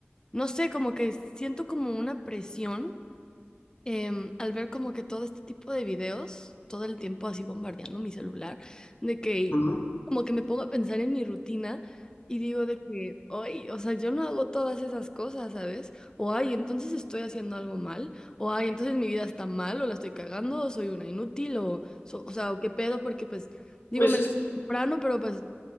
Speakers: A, on the left; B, on the left.
A: no sé, como que siento como una presión em, al ver como que todo este tipo de videos, todo el tiempo así bombardeando mi celular, de que
B: Ujú.
A: como que me pongo a pensar en mi rutina y digo de que, ay, o sea, yo no hago todas esas cosas, ¿sabes? O ay, entonces estoy haciendo algo mal, o ay, entonces mi vida está mal, o la estoy cagando, o soy una inútil, o, so- o sea, o qué pedo, porque pues, digo,
B: Pues
A: me...
B: es,
A: levanto Temprano, pero pues